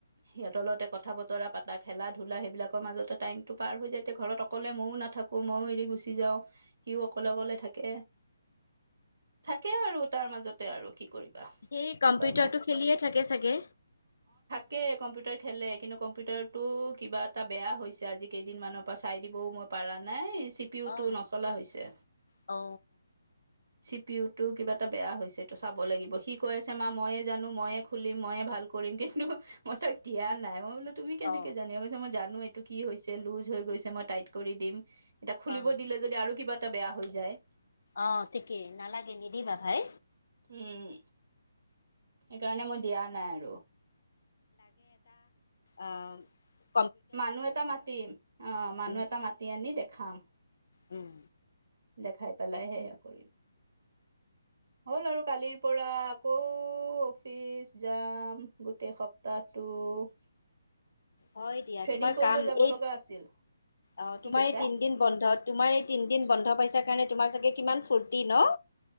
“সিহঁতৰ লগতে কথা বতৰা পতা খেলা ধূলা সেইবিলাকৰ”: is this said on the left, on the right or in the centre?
Right